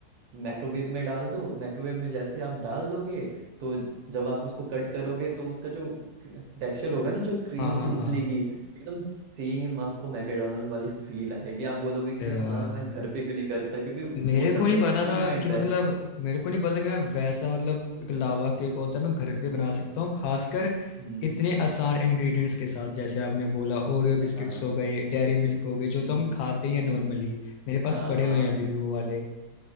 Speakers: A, on the right; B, on the left.
A: माइक्रोवेव में डाल दो माइक्रोवेव में जैसे आप डाल दोगे तो जब आप उसको कट करोगे तो उसका जो टेक्सचर होगा ना जो क्रीम
B: हाँ हाँ
A: से
B: हाँ
A: निकलेगी एकदम सेम आपको मैकडोनल्ड वाली फील आएगी आप बोलोगे कि
B: अरे वाह
A: हाँ मैं
B: भाई
A: घर पे क्यों नहीं करता क्योंकि
B: मेरे
A: वो सबसे
B: को नहीं पता
A: ना चीप
B: था
A: एंड
B: कि मतलब
A: बेस्ट
B: मेरे को नहीं पता कि मैं वैसा मतलब एक लावा केक होता
A: <laughs>
B: है मैं घर पे बना सकता हूँ खासकर
A: हम्म।
B: इतने आसान इंग्रेडिएंट्स के साथ जैसे आपने बोला ओरियो बिस्किट्स
A: हाँ।
B: हो गए डेयरी मिल्क हो
A: हम्म,
B: गई जो तो हम खाते ही हैं
A: हम्म,
B: नॉर्मली मेरे पास
A: हाँ
B: पड़े हुए हैं अभी भी वो वाले